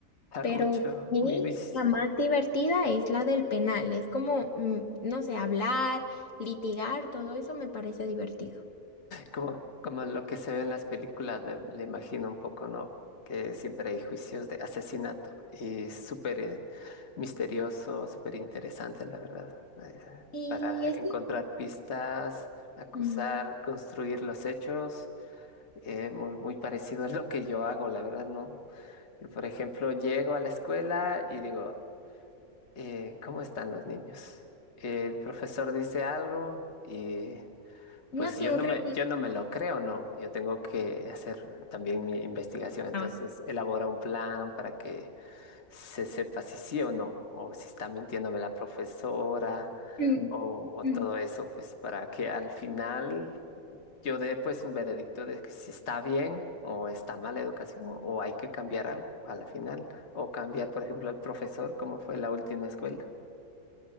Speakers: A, on the left; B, on the left.
A: claro,
B: Pero
A: mucho,
B: para mí
A: muy, muy, s-
B: la más divertida es la del penal. Es como, mm, no sé, hablar, litigar, todo eso me parece divertido.
A: como, como lo que se ve en las películas, le, le imagino un poco, ¿no? Que siempre hay juicios de asesinato y súper misterioso, súper interesante, la verdad, eh,
B: Y
A: para
B: es,
A: encontrar pistas, acusar,
B: mm,
A: construir los hechos, eh, muy, muy parecido a lo que yo hago, la verdad, ¿no? Yo, por ejemplo, llego a la escuela y digo, eh, ¿cómo están los niños? El profesor dice algo. y
B: no
A: pues
B: sé,
A: yo
B: un
A: no
B: registro.
A: me, yo no me lo creo, ¿no? Yo tengo que hacer también mi investigación, entonces
B: Ah,
A: elabora un plan para que se sepa si sí o no, o si está mintiéndome la profesora,
B: ujú.
A: o, o
B: <clears throat>
A: todo eso, pues para que al final yo dé pues un veredicto de que si está bien o está mal la educación, o, o hay que cambiar algo a la final, o cambiar, por ejemplo, al profesor, como fue la última escuela.